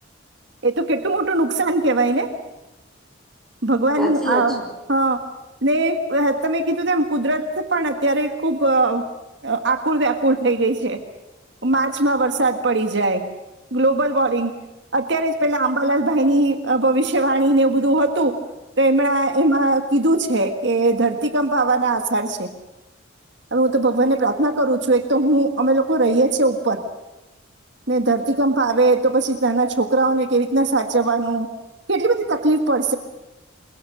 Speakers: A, on the right; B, in the centre.
A: એ તો કેટલું મોટું નુકસાન કેવાય ને. ભગવાન
B: સાચી વાત
A: આ
B: છે
A: હા. ને <unintelligible> તમે કીધું તેમ કુદરત પણ અત્યારે ખુબ આકુળ વ્યાકુળ. થઈ ગઈ છે. મા ર્ચ માં વરસાદ પડી જાય. ગ્લોબલ વોર્મિંગ અત્યારે જ પેલા આંબાલાલભાઈની ભવિષ્ય વાણીને એ બધું હોત તો એમણા એમાં કીધું છે કે ધરતીકંપ આવવાના આસાર છે. હવે હું તો ભગવાનને પ્રાર્થના કરું છું, એક તો હું અમે લોકો રહીએ છેએ ઉપર ને ધરતીકંપ આવેે તો પછી તંના છોકરાઓને કેવી રીતના સાચવવાનું કેટલી બધી તકલીફ <unintelligible>